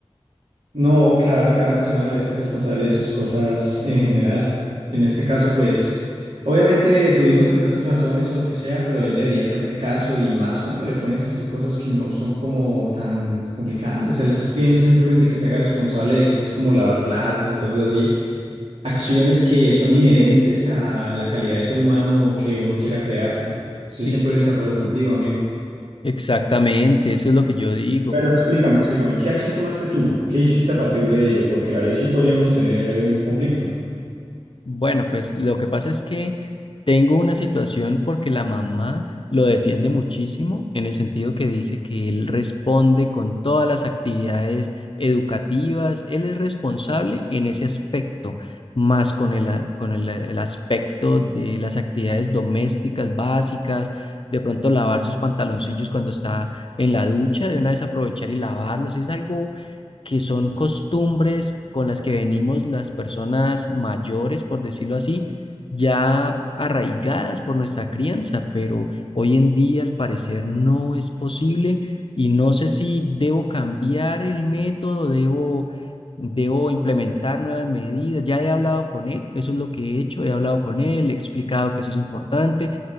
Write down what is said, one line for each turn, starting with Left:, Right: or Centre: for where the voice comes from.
Right: No, claro, cada persona debería ser responsable de sus cosas en general. En este caso, pues, obviamente tu hijo tendrá sus razones o lo que sea, pero él debería hacerte caso y más cuando le pones a hacer cosas que no son como tan complicadas. O sea, le estás pidiendo simplemente que se haga responsable de cosas como lavar platos y cosas así. Acciones que son inherentes a la calidad de ser humano que uno quiera crear, sí. Estoy
Left: Sí.
Right: cien por ciento de acuerdo contigo, amigo.
Left: Exactamente, eso es lo que yo digo.
Right: Pero explícame, explícame, ¿qué acción tomaste tú? ¿Qué hiciste a partir de ello? Porque ahí sí podríamos tener un conflicto.
Left: Bueno, pues lo que pasa es que tengo una situación porque la mamá lo defiende muchísimo en el sentido que dice que él responde con todas las actividades educativas, él es responsable en ese aspecto, más con el, a- con el, eh, el aspecto de las actividades domésticas básicas, de pronto lavar sus pantaloncillos cuando está en la ducha, de una vez aprovechar y lavarlos, es algo que son costumbres con las que venimos las personas mayores, por decirlo así, ya arraigadas por nuestra crianza, pero hoy en día al parecer no es posible y no sé si debo cambiar el método, debo, debo implementar nuevas medidas. Ya he hablado con él, eso es lo que he hecho, he hablado con él, he explicado que eso es importante